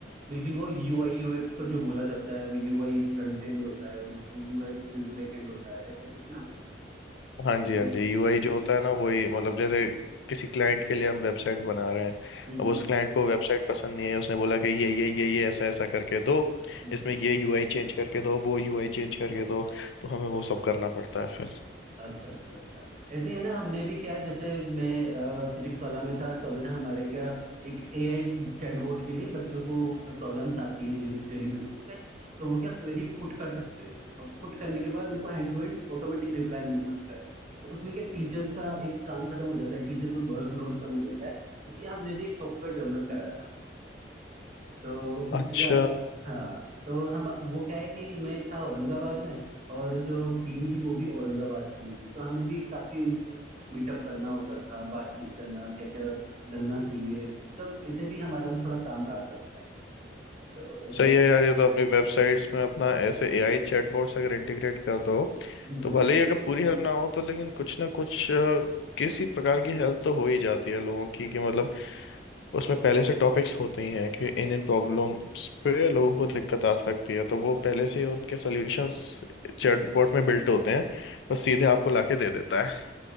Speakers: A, on the right; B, on the left.
A: बिल्कुल वो यूआई यूएक्स को जो बोला जाता है वो यूआई फ्रंट एंड होता है और यूएक्स बैक एंड होता है ऐसा कुछ ना
B: हाँ
A: जिसमें
B: जी हाँ
A: हम्म
B: जी यूआई जो होता है ना वही मतलब जैसे किसी क्लाइंट के लिए हम वेबसाइट बना रहे हैं
A: हम्म
B: अब उस क्लाइंट को वेबसाइट पसंद नहीं है उसने बोला कि ये ये ये ये ऐसा ऐसा करके दो
A: हम्म,
B: इसमें
A: हम्म।
B: ये यूआई चेंज करके दो वो यूआई चेंज करके दो तो हमें वो सब करना पड़ता है फिर
A: अच्छा अच्छा अच्छा ऐसे ही है ना हमने भी क्या जैसे मैं फिजिक्स वाला में था तभी ना हमारे क्या एक एआई चैटबॉट के लिए बच्चों को प्रॉब्लम्स आती है डेली बेसिस पे तो वो क्या क्वेरी पुट कर सकते हैं और पुट करने के बाद उनको hand to hand automatic reply मिल सकता है तो उसमें क्या टीचर्स का एक काम खत्म हो जाता है टीचर्स में वर्कलोड कम हो जाता है इसलिए हमने भी एक सॉफ्टवेयर डेवलप कराया था तो
B: अच्छा
A: उस जगह हाँ तो हम वो क्या है कि मैं था औरंगाबाद में और जो टीम थी वो भी औरंगाबाद की ही थी तो हमें भी काफी उनसे मीटअप करना होता था बातचीत करना क्या क्या डलना चाहिए मतलब ऐसे भी हमारा थोड़ा काम रहा था उस टाइम तो ऐसा
B: सही है यार ये तो अपनी वेबसाइट्स में अपना ऐसे एआई चैटबॉट्स अगर इंटीग्रेट कर दो
A: हम्म,
B: तो
A: हम्म।
B: भले ही अगर पूरी हेल्प ना हो तो लेकिन कुछ ना कुछ अ, किसी प्रकार की हेल्प तो हो ही जाती है लोगों की कि मतलब उसमें पहले से टॉपिक्स होते ही हैं कि इन इन प्रॉब्लम्स पे लोगों को दिक्कत आ सकती है तो वो पहले से ही उनके सॉल्यूशंस चैटबॉट में बिल्ट होते हैं बस सीधे आपको लाके दे देता है